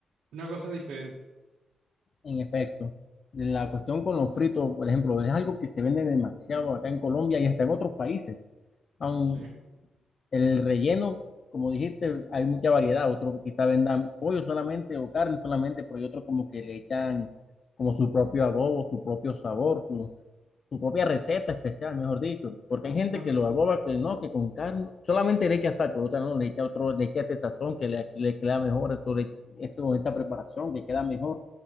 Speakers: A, on the right; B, on the left.
A: una cosa diferente,
B: En efecto, la cuestión con los fritos, por ejemplo, es algo que se vende demasiado acá en Colombia y hasta en otros países. Aun
A: ¿sí?
B: el relleno, como dijiste, hay mucha variedad. Otros quizá vendan pollo solamente o carne solamente, pero hay otros como que le echan como su propio adobo, su propio sabor, su, su propia receta especial, mejor dicho, porque hay gente
A: No,
B: que lo aboba
A: yo
B: que no, que con carne, solamente le echa sal, por otra no, le echa otro, le echa este sazón que le, le queda mejor, esto, le- esto con esta preparación que queda mejor.